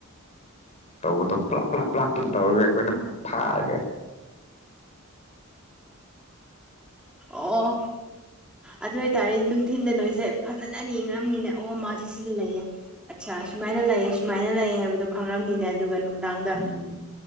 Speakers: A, on the left; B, in the centre.
A: ꯇꯧꯕꯗꯣ ꯄꯨꯂꯞ ꯄꯨꯂꯥꯞ ꯄꯨꯂꯥꯞ ꯄꯨꯞ ꯇꯧꯔꯒꯦ ꯑꯩꯈꯣꯏꯅ ꯐꯥꯒꯦ
B: ꯑꯣ ꯑꯗꯨ ꯑꯣꯏꯇꯥꯔꯦꯗꯤ ꯅꯨꯡꯊꯤꯟꯗ ꯅꯣꯏꯁꯦ ꯐꯖꯅ ꯌꯦꯡꯅꯔꯝꯅꯤꯅꯦ ꯑ ꯃꯥꯥꯁꯦ ꯁꯤꯗ ꯂꯩꯌꯦ ꯑꯠꯆꯥ ꯑꯁꯨꯃꯥꯏꯅ ꯂꯩꯌꯦ ꯁꯨꯃꯥꯏꯅ ꯂꯩꯌꯦ ꯍꯥꯏꯕꯗꯣ ꯈꯪꯔꯝꯅꯤꯅꯦ ꯑꯗꯨꯒ ꯅꯨꯡꯗꯥꯡꯗ
A: ꯎꯝ